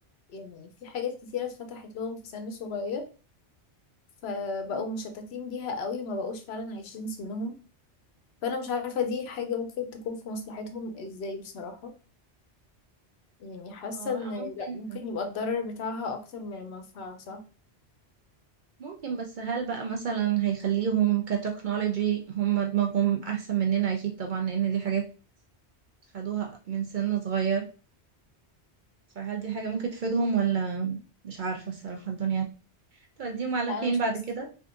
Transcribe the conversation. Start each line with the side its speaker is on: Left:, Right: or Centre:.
Left: يعني في حاجات كتيرة اتفتحت لهم في سن صغير فبقوا
Right: مم.
Left: مشتتين بيها قوي وما بقوش فعلا عايشين سنهم فانا مش عارفة دي حاجة ممكن تكون في مصلحتهم ازاي بصراحة يعني حاسة
Right: هو بقى
Left: ان
Right: ممكن
Left: لا ممكن يبقى الضرر بتاعها اكتر من المنفعة صح
Right: ممكن بس هل بقى مثلا هيخليهم كتكنولوجي هم دماغهم احسن مننا اكيد طبعا لان دي حاجات خدوها من سن صغير فهل دي حاجة ممكن تفيدهم ولا مش عارفة الصراحة الدنيا توديهم على
Left: لا
Right: فين
Left: انا مش
Right: بعد
Left: حاسة
Right: كده